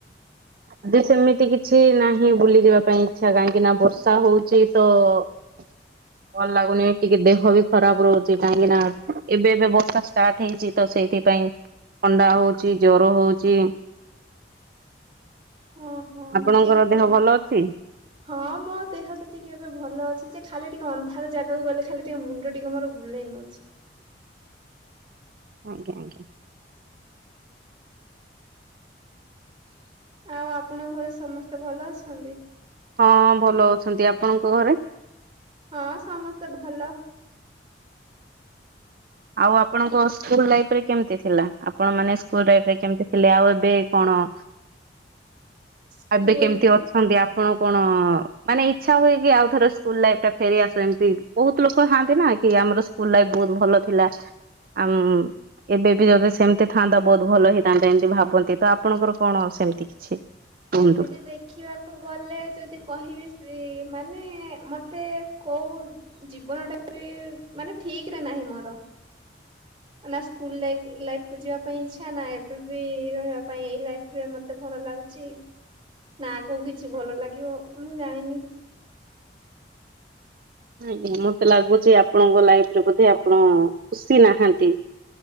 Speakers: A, on the right; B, on the right.
A: ଆଜି ସେମିତି କିଛି ନାହିଁ ବୁଲି ଯିବା ପାଇଁ ଇଛା, କାହିଁକି ନା ବର୍ଷା ହଉଚି ତ <unintelligible> ଭଲ ଲାଗୁନି, ଟିକେ ଦେହ ବି ଖରାପ ରହୁଛି କାହିଁକି ନା, ଏବେ ଏବେ ବର୍ଷା ଷ୍ଟାର୍ଟ ହେଇଛି ତ ସେଇଥିପାଇଁ। ଥଣ୍ଡା ହଉଚି, ଜର ହଉଚି।
B: ହଁ ହଁ,
A: ଆପଣଙ୍କର
B: ଠିକ୍
A: ଦେହ
B: କହିଲେ।
A: ଭଲ ଅଛି?
B: ହଁ ମୋ ଦେହ ତ ଟିକେ ଏବେ ଭଲ ଅଛି ଯେ, ଖାଲି ଟିକେ ଅନ୍ଧାର ଜାଗାକୁ ଗଲେ ଖାଲି ଟିକେ ମୁଣ୍ଡ ଟିକେ ମୋର ବୁଲେଇ ନଉଚି।
A: ଆଜ୍ଞା ଆଜ୍ଞା।
B: ଆଉ ଆପଣଙ୍କ ଘରେ ସମସ୍ତେ ଭଲ ଅଛନ୍ତି?
A: ହଁ ଭଲ ଅଛନ୍ତି, ଆପଣଙ୍କ ଘରେ?
B: ହଁ, ସମସ୍ତେ ଭଲ।
A: ଆଉ ଆପଣଙ୍କ ସ୍କୁଲ ଲାଇଫ ରେ କେମିତି ଥିଲା, ଆପଣ ମାନେ ସ୍କୁଲ ରେ ଏବେ କେମିତି ଥିଲେ, ଆଉ ଏବେ କଣ?
B: ସ୍କୁଲରେ
A: ଏବେ କେମିତି ଅଛନ୍ତି? ଆପଣ କଣ ମାନେ ଇଛା ହୁଏ କି, ଆଉଥର ସ୍କୁଲ ଲାଇଫ ଟା ଫେରିଆସୁ ଏମତି, ବହୁତ ଲୋକ ଥାଆନ୍ତି ନା କି ଆମର ସ୍କୁ ସ୍କୁଲ ଲାଇଫ ବହୁତ ଭଲ ଥିଲା, ଆମ୍ ଏବେ ବି ଯଦି ସେମିତି ଥାନ୍ତା, ବହୁତ ଭଲ ହେଇଥାନ୍ତା, ଏମିତି ଭାବନ୍ତି, ତ ଆପଣଙ୍କର କଣ ସେମିତି କିଛି? କୁହନ୍ତୁ?
B: ଏମିତି ଦେଖି ଦେଖିବାକୁ ଗଲେ ଯଦି କହିବି ସେ ମାନେ ମତେ କଉ ଜୀବନ ଟା ବି ମାନେ ଠିକ ରେ ନାହିଁ ମୋର। ନା ସ୍କୁଲ ଲାଇ ଲାଇଫ କୁ ଯିବା ପାଇଁ ଇଛା, ନା ଏବେ ବି ରହିବା ପାଇଁ ଏଇ ଲାଇଫରେ ମ ଏତେ ଭଲ ଲାଗୁଚି, ନା ଆଗକୁ କିଛି ଭଲ ଲାଗିବ, ମୁଁ ଜାଣିନି।
A: ଆଜ୍ଞା, ମତେ ଲାଗୁଚି ଆପଣଙ୍କ ଲାଇଫରେ ବୋଧେ ଆପଣ ଖୁସି ନାହାନ୍ତି?